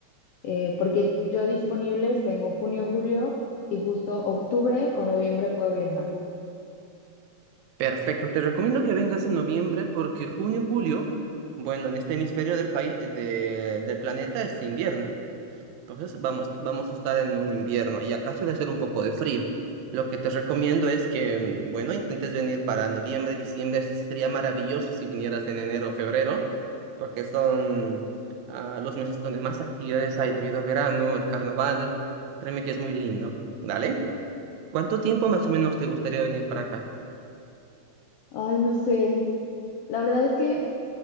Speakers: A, on the left (about 80°); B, on the right (about 80°).
A: eh, porque yo disponibles tengo junio, julio y justo octubre o noviembre puedo viajar.
B: Perfecto, te recomiendo que vengas en noviembre porque junio, julio, bueno, en este hemisferio del país, de- del planeta es invierno. Entonces vamos, vamos a estar en un invierno y acá suele hacer un poco de frío. Lo que te recomiendo es que, mm, bueno, intentes venir para noviembre, diciembre. Sería maravilloso si vinieras en enero o febrero, porque son ah, los meses donde más actividades hay debido al verano, el carnaval. Créeme que es muy lindo. ¿Dale? ¿Cuánto tiempo más o menos te gustaría venir para acá?
A: Ay, no sé. La verdad es que...